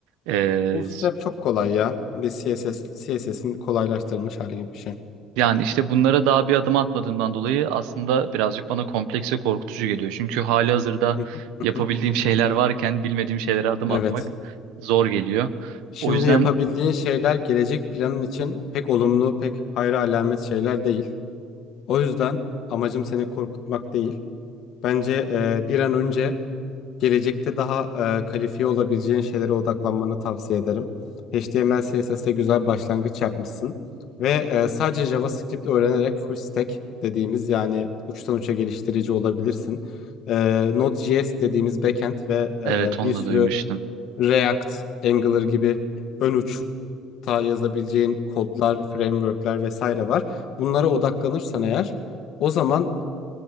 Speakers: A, on the right; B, on the left.
A: Ee,
B: Bootstrap çok kolay ya. Bir CSS, CSS'in kolaylaştırılmış hali gibi bir şey.
A: yani işte bunlara daha bir adım atmadığımdan dolayı aslında birazcık bana kompleks ve korkutucu geliyor. Çünkü hali hazırda
B: Hı hı. Hı
A: yapabildiğim
B: hı.
A: şeyler varken bilmediğim şeylere adım
B: Evet.
A: atmak zor geliyor.
B: Şimdi
A: O yüzden
B: yapabildiğin şeyler gelecek planın için pek olumlu, pek hayra alamet şeyler değil. O yüzden amacım seni korkutmak değil. Bence e, bir an önce gelecekte daha e, kalifiye olabileceğin şeylere odaklanmanı tavsiye ederim. HTML, CSS'te güzel başlangıç yapmışsın. Ve e, sadece JavaScript öğrenerek full stack dediğimiz yani uçtan uça geliştirici olabilirsin. E, Node.js dediğimiz backend ve e,
A: evet onu
B: bir sürü
A: da duymuştum.
B: React, Angular gibi ön uç ta yazabileceğin kodlar, frameworkler vesaire var. Bunlara odaklanırsan eğer o zaman